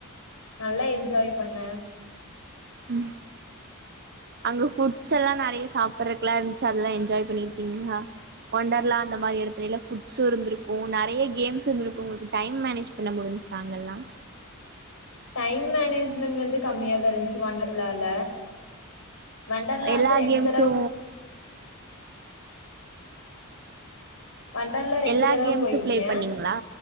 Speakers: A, on the left (about 75°); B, on the right (about 50°).
A: நல்லா என்ஜாய் பண்ண
B: ம் அங்க ஃபுட்ஸ் எல்லாம் நிறைய சாப்பிடுறதுக்கு எல்லாம் இருந்துச்சு அதெல்லாம் என்ஜாய் பண்ணிருக்கீங்களா ஒண்டர்லாம் அந்த மாதிரி எடத்துல ஃபுட்ஷுஇருந்திருக்கும் நிறைய கேம்ஸ் இருந்திருக்கும் உங்களுக்கு டைம் மேனேஜ் பண்ண முடிஞ்சச்சா அங்கல்லாம்
A: டைம் மேனேஜ்மெண்ட் வந்து கம்மியாதா இருந்துச்சு வண்டர்லால வண்டர்லா
B: எல்லா
A: வந்து ரெண்டு
B: கேம்ஸு
A: தடவ வண்டர்லா ரெண்டு
B: எல்லா
A: தடவ
B: கேம்ஸு
A: போயிருக்கே
B: ப்ளே பண்ணீங்களா